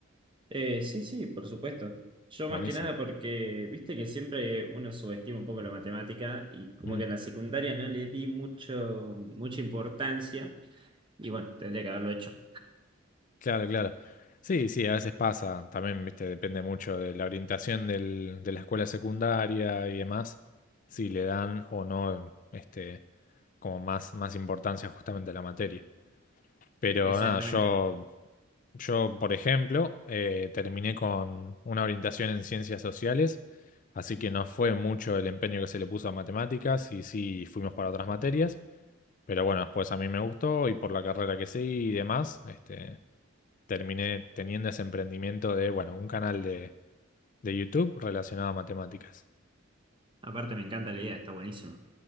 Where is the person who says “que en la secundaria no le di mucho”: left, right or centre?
Right